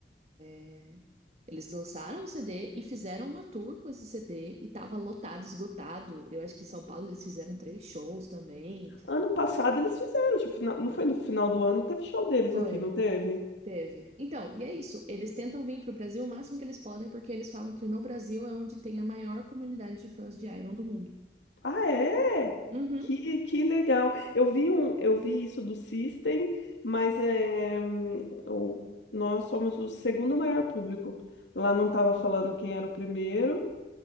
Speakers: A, on the right; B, on the left.
A: né? eles lançaram o CD e fizeram uma tour com esse CD e tava lotado, esgotado. Eu acho que em São Paulo eles fizeram três shows também.
B: Ano passado eles fizeram, tipo, final- não foi no final do ano, teve show deles
A: Foi.
B: aqui, não teve?
A: Teve. Então, e é isso. Eles tentam vir para o Brasil o máximo que eles podem, porque eles falam que no Brasil é onde tem a maior comunidade de fãs de Iron do mundo.
B: Ah, é?
A: Uhum.
B: Que, que legal. Eu vi um, eu vi isso do System, mas é, hum, o- nós somos o segundo maior público. Lá não estava falando quem era o primeiro.